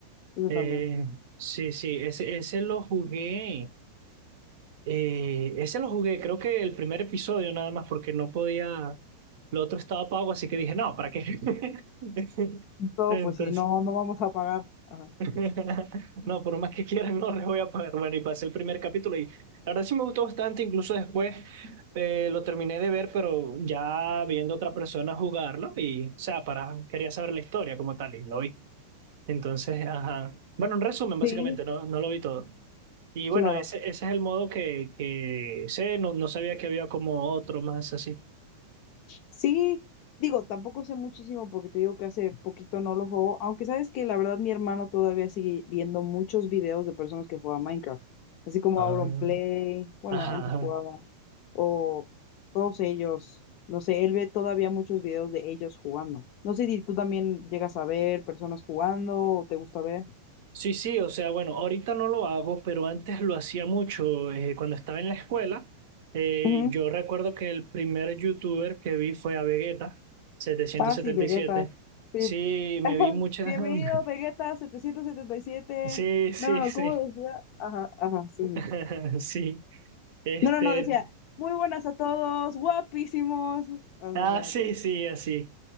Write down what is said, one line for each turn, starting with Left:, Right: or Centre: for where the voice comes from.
Left: eso
Right: Eh,
Left: también.
Right: sí, sí, ese, ese lo jugué. eh, ese lo jugué, creo que el primer episodio nada más, porque no podía. Lo otro estaba pago, así que dije, no, ¿para qué? <laughs>
Left: Todo,
Right: Entonces,
Left: pues sí, no, no vamos a pagar. Ajá.
Right: <laughs> No, por más que quieran, no les voy a pagar. Bueno, y pasé el primer capítulo y la verdad sí me gustó bastante, incluso después eh, lo terminé de ver, pero ya viendo otra persona jugarlo y, o sea, para, quería saber la historia como tal y lo vi. Entonces, ajá. Bueno, en resumen, básicamente,
Left: Sí,
Right: no, no lo vi todo. Y bueno,
Left: claro.
Right: ese, ese es el modo que, que sé, no, no sabía que había como otro más así.
Left: Sí, digo, tampoco sé muchísimo porque te digo que hace poquito no lo juego, aunque sabes que la verdad mi hermano todavía sigue viendo muchos videos de personas que juegan Minecraft, así como
Right: Ah,
Left: Auronplay, bueno,
Right: ajá.
Left: antes
Right: ajá.
Left: jugaba, o todos ellos, no sé, él ve todavía muchos videos de ellos jugando. No sé si tú también llegas a ver personas jugando o te gusta ver.
Right: Sí, sí, o sea, bueno, ahorita no lo hago, pero antes lo hacía mucho. eh, cuando estaba en la escuela, eh,
Left: Ujú.
Right: yo recuerdo que el primer youtuber que vi fue a Vegeta, setecientos
Left: Ah,
Right: setenta
Left: sí, Vegeta,
Right: y siete
Left: sí.
Right: Sí, me
Left: <laughs>
Right: vi muchas...
Left: Bienvenido,
Right: <laughs>
Left: Vegeta 777.
Right: Sí, sí,
Left: No, no,
Right: sí.
Left: no, ¿cómo decía? Ajá, ajá, sí.
Right: <laughs>
Left: sí.
Right: Sí. Este,
Left: No, no, no, decía, muy buenas a todos, guapísimos. Ah,
Right: Ah,
Left: sí, ya me
Right: sí,
Left: acuerdo.
Right: sí, así.